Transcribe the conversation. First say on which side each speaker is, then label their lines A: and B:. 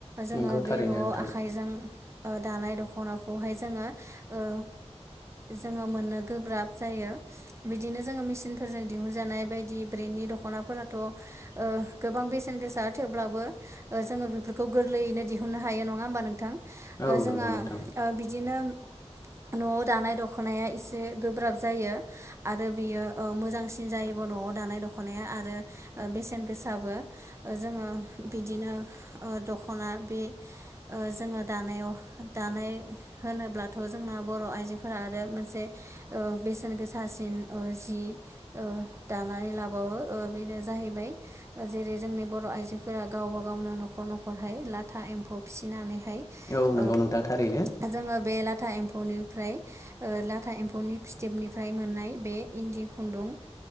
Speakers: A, on the right (about 25°); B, on the left (about 30°).
A: जोङो
B: नंगौ थारैनो
A: बे न'आव
B: नोंथां
A: आखाइजों। दानाय दख'नाखौहाय जोङो ओ। जोङो मोननो गोब्राब जायो बिदिनो जोङो मेसिन। फोरजों दिहुनजानाय बायदि ब्रेन्दनि दख'नाफोराथ' ओ गोबां बेसे। गोसा थेवब्लाबो जोङो बेफोरखौ गोरलैयैनो दिहुननो हायो नङा होमबा नोंथां?
B: औ
A: ओ जोंहा
B: नंगौ नोंथां
A: ओ बिदिनो। न'आव दानाय दख'नाया एसे गोब्राब जायो। आरो बेयो ओ मोजांसिन जायोबो न'आव दानाय दख'नाया आरो ओ बेसेन गोसाबो। ओ जोङो बिदिनो ओ दख'ना बे। ओ जोङो दानायाव दानाय। होनोब्लाथ' जोंना बर' आइजोफोरा आरो मोनसे। ओ बेसेन गोसासिन ओ जि। ओ दानानै लाबावो ओ बेनो जाहैबाय। जेरै जोंनि बर' आइजोफोरा गावबा गावनो न'खर न'खरहाय लाथा एम्फौ फिसिनानैहाय।
B: औ नंगौ
A: ओ
B: नोंथां थारैनो
A: जोङो बे लाथा एम। फौनिफ्राय ओ लाथा एम्फौनि फिथोबनिफ्राय मोननाय बे इन्दि खुन्दुं। ओ